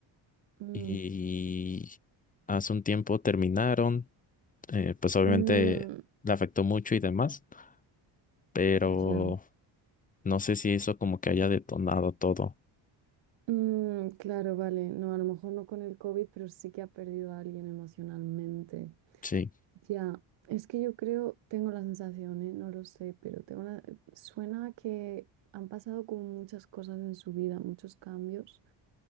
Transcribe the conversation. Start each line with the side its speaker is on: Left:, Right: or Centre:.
Right: Mm,
Left: y hace un tiempo terminaron. Eh, pues obviamente
Right: mm,
Left: le afectó mucho y demás, pero
Right: ya.
Left: no sé si eso como que haya detonado todo.
Right: Mm, claro, vale, no, a lo mejor no con el COVID, pero sí que ha perdido a alguien emocionalmente.
Left: Sí,
Right: Ya, es que yo creo, tengo la sensación, ¿eh? No lo sé, pero tengo la... suena a que han pasado como muchas cosas en su vida, muchos cambios